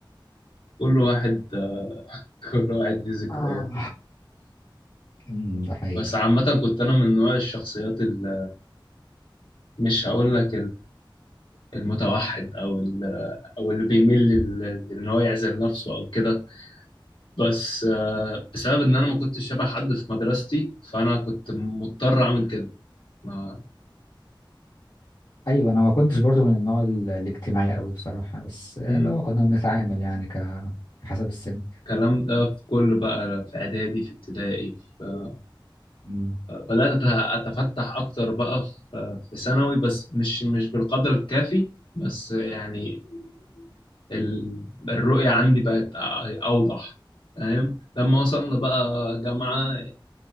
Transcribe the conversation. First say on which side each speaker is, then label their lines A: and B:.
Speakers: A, on the left; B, on the left.
A: كل واحد <laughs> كل واحد ليه ذكرياته
B: اه آه، أمم، ده حقيقي
A: بس عامة كنت انا من نوع الشخصيات اللي مش هقول لك المتوحد او ال- او اللي بيميل لل- لان هو يعزل نفسه او كده بس آه، بسبب ان انا ما كنتش شبه حد في مدرستي فانا كنت مضطر اعمل كده ما
B: أيوة أنا ما كنتش برضو من النوع ال- الاجتماعي أوي بصراحة بس آه،
A: مم.
B: لو كنا بنتعامل يعني ك- حسب السن
A: الكلام ده في كل بقى في اعدادي في ابتدائي في-
B: أمم،
A: بدات أت- اتفتح اكتر بقى في في ثانوي بس مش مش بالقدر الكافي بس يعني ال- الرؤية عندي بقت أ- أوضح فاهم لما وصلنا بقى جامعة